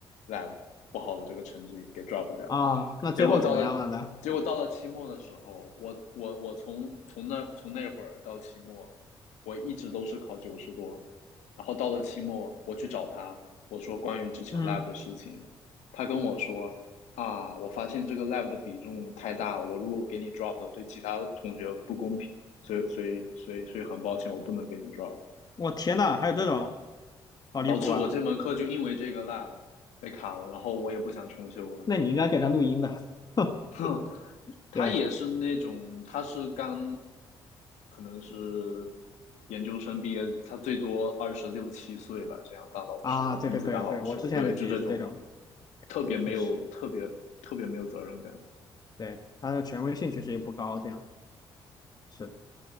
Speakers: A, on the left; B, on the left.
A: lab 不好的这个成绩给 drop 掉。
B: 啊，那最后怎么样了呢？
A: 结果到了，结果到了期末的时候，我我我从从那从那会儿到期末，我一直都是考九十多，然后到了期末，我去找他，我说关于之前
B: 嗯，
A: lab 的事情，他跟我说啊，我发现这个 lab 的比重太大了，我如果给你 drop 了，对其他同学不公平，所以所以所以所以很抱歉，我不能给你 drop，
B: 我天呐，还有这种，好离谱啊！
A: 导致我这门课就因为这个 lab 被卡了，然后我也不想重修了，
B: 那你应该给他录音的，<laughs>
A: 哼。他也是那种，
B: 对
A: 他是刚可能是研究生毕业，他最多二十六七岁吧，这样当老师，
B: 啊，
A: 他第一次当老师，
B: 对对对对，我之前的也是这种，
A: 对，就这种特别没有特别特别没有责任感。
B: 确实，对，他的权威性确实也不高，这样是的，